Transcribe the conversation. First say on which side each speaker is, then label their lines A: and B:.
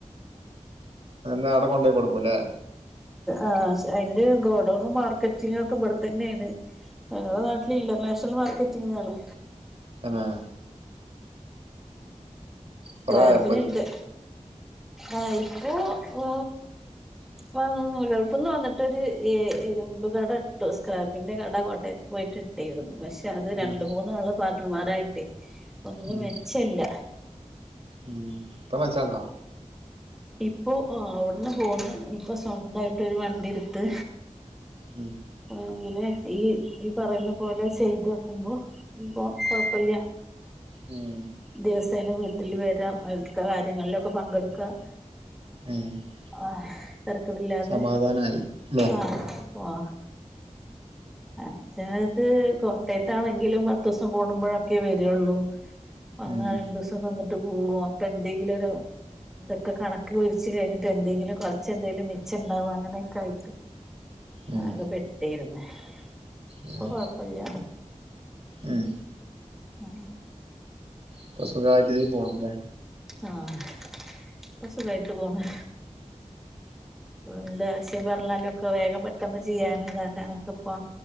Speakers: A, on the right; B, in the centre.
A: അത് എന്താ അവിടെ കൊണ്ടൊയി കൊടുക്കുല്ലേ
B: ആ അതിന്റെ ഗോഡൗണും മാർക്കറ്റിങ് ഒക്കെ ഇവട് തന്നേണ് ഞങ്ങളെ നാട്ടില് ഇന്റർനാഷൽ മാർക്കറ്റിംങ്ങാണ്
A: തന്നേ
B: സ്ക്രാപ്പിനുണ്ട്
A: കൊറേ ആയപ്പോ ഇതിന്
B: ആഹ് ഇപ്പോ ഓ ഇപ്പം ഗൾഫിൽ നിന്ന് വന്നിട്ടൊരു ഇരുമ്പ് കട ഇട്ടു സ്ക്രാപ്പിന്റെ കട കോട്ടയ ത്ത് പോയിട്ടിട്ടിരുന്നു പക്ഷെ അത് രണ്ട
A: ഉം
B: മൂന്നാള് പാർട്ടണർമാരായിട്ടേ ഒന്നും
A: ഉം
B: മിച്ച ഇല്ല
A: ഉം ഇപ്പൊ മെച്ചണ്ടോ
B: ഇപ്പോ അഹ് അവിടന്ന് പോന്ന് ഇപ്പൊ സ്വന്തായിട്ട് ഒരു വണ്ടി ഇട്ത്ത്
A: ഉം
B: രാവിലെ ഈ ഈ പറയുന്ന പോലെ ചെയ്തോക്കുമ്പോ ഞ് പ്പോ കൊഴപ്പല്യ
A: ഉം
B: ദിവസേന വീട്ടിൽ വരാം അയ്ൽക്കെ കാര്യങ്ങളിലൊക്കെ പങ്കെടുക്കാം
A: ഉം
B: ആഹ് തെരക്കടില്ലാതെ
A: സമാധാനായി ല്ലേ
B: ആഹ് ആഹ് അച്നത് കോട്ടയത്താണെങ്കിലും പത്ത് ദിവസം കൂടുമ്പോഴൊക്കെ വെരൊള്ളൂ അങ്ങനെ
A: ഉം
B: രണ്ടു ദിവസം നിന്നിട്ട് പോകും അപ്പൊ എന്തെങ്കിലൊരു ഇതൊക്കെ കണക്ക് കുഴച്ച് കഴിഞ്ഞിട്ട് എന്തെങ്കിലും കുറച്ച് എന്തേലും മിച്ചം ണ്ടാവോ അങ്ങനെയൊക്കെ ആയിട്ട്
A: ഉം
B: ആകെ പെട്ടിര്ന്ന്
A: ഉം
B: ഇപ്പൊ കൊഴപ്പല്ല്യ
A: ഉം
B: ആഹ്
A: ഇപ്പൊ സുഗായിട്ടിരിക്കും പോണ് ല്ലേ
B: ആഹ് ഇപ്പൊ സുഖായിട്ട് പോണ് പ്പൊ ന്നേലും ആവശ്യം പറഞ്ഞാലും ഒക്കെ വേഗം പെട്ടെന്ന് ചെയ്യാനും ഇതാക്കാനൊക്കെ ഇപ്പാ